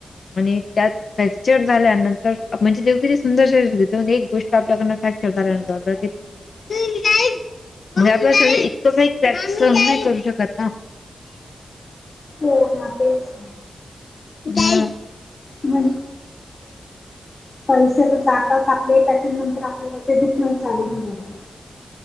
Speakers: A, on the left (about 70°); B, on the left (about 50°).
A: म्हणे त्यात. फ्रॅक्चर झाल्यानंतर आ प म्हणजे देव किती सुंदरून एक गोष्ट आपल्याकनं फ्रॅक्चर झाल्यानंतर.
B: बरोबर,
A: द कती <unintelligible> इतकं काॅक् स नाही करू शकत ना <inaudible>
B: हो ना तेच.
A: ह
B: म पै <unintelligible> जा आ आप त्याच्यानंतर आपल्याला ते दुखणं चालून जातं.